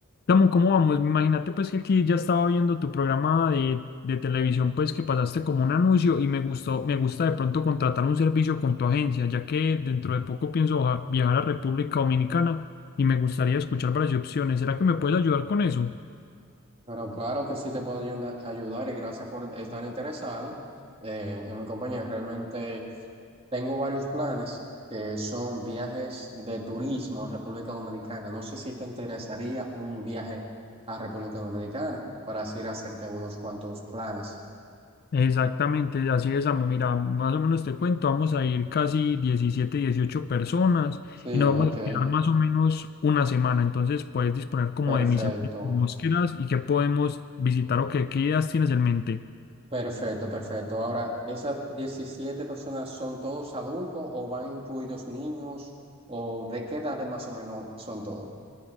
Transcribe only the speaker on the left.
Samu, ¿cómo vamos? Imagínate pues que aquí ya estaba viendo tu programa de, de televisión, pues que pasaste como un anuncio y me gustó, me gusta de pronto contratar un servicio con tu agencia, ya que dentro de poco pienso baja- viajar a República Dominicana y me gustaría escuchar varias opciones. ¿Será que me puedes ayudar con eso?
Exactamente, así es, amo. Mira, más o menos te cuento, vamos a ir casi 17 18 personas
y nos vamos
a quedar más o menos una semana. Entonces puedes disponer como
de mis semanas quieras y qué podemos visitar o qué, qué ideas tienes en mente.